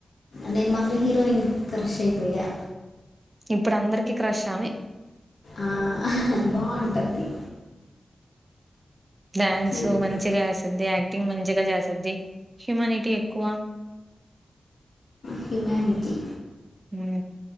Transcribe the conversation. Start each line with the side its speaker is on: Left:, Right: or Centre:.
Left: నేను మాత్రం హీరోయిన్ క్రష్ అయిపోయా
Right: ఇప్పుడు అందరికిీ క్రషామి
Left: ఆ బాగుంటది
Right: డ్యాన్సు
Left: క్యూట్
Right: మంచిగా చేస్తుది యాక్టింగ్ మంచిగా చేస్తుద్ది హ్యూమానిటీ ఎక్కువ
Left: హ్యూమెనిటీ
Right: హ